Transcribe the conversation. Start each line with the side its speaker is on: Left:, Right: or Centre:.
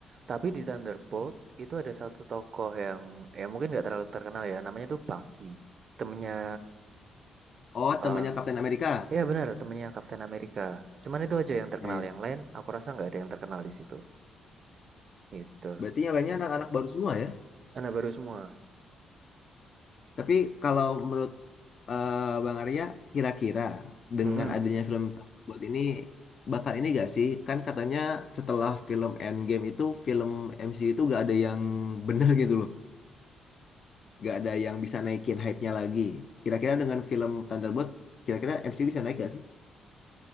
Right: tapi di Thunderbolt itu ada satu tokoh yang ya mungkin nggak terlalu terkenal ya. Namanya tuh Bucky. Temennya
Left: Oh, temannya
Right: eh,
Left: Kapten Amerika.
Right: Iya benar, temennya Kapten Amerika. Cuman itu aja yang terkenal.
Left: Ya, ya.
Right: Yang lain, aku rasa nggak ada yang terkenal di situ. Gitu.
Left: Berarti yang lainnya anak-anak baru semua ya.
Right: Anak baru semua.
Left: Tapi kalau menurut eh, Bang Arya, kira-kira dengan
Right: Mm-mm.
Left: adanya film Thunderbolt ini bakal ini gak sih? Kan katanya setelah film Endgame itu film MCU itu gak ada yang bener <laughs> gitu loh. Gak ada yang bisa naikin hype-nya lagi. Kira-kira dengan film Thunderbolt, kira-kira MCU bisa naik gak sih?